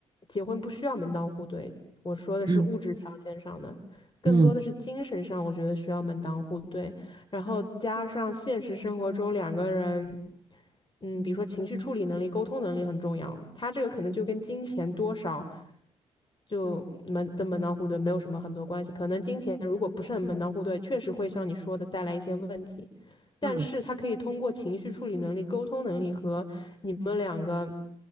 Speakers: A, on the left; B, on the right.
A: 结婚不需要门当户对，我说的是物质条件上的，
B: 嗯
A: 更多的是精神上，
B: 嗯
A: 我觉得需要门当户对。然后加上现实生活中两个人，嗯，比如说情绪处理能力、沟通能力很重要。他这个可能就跟金钱多少就门的门当户对没有什么很多关系。可能金钱如果不是很门当户对，确实会像你说的带来一些问题，但是他可以通过情绪处理能力、
B: 嗯。
A: 沟通能力和你们两个